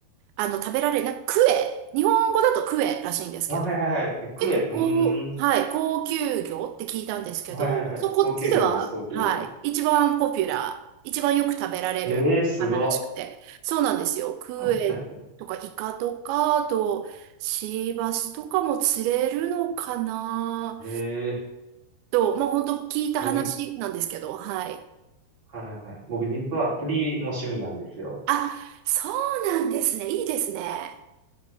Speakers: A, on the right; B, on the right.
A: あの、食べられる、なんか、クエ。日本語だとクエらしいんですけど。
B: あ、はいはいはい。クエ。
A: 結構高、
B: うーん。
A: はい、高級魚って聞いたんですけど、
B: はいはいはい。
A: そう、こっちでは、
B: 高級魚です、高級魚です。
A: はい、一番ポピュラー、一番よく食べられる魚らしくて、
B: ええーすご。
A: そうなんですよ。クエとかイカとか、
B: <laughs>
A: あとシーバスとかも釣れるのかな
B: ええー
A: と、まあ本当聞いた話なんですけど、
B: 僕
A: はい。
B: はいはいはい。僕実は釣りも趣味なんですよ。
A: あ、そうなんですね。いいですね。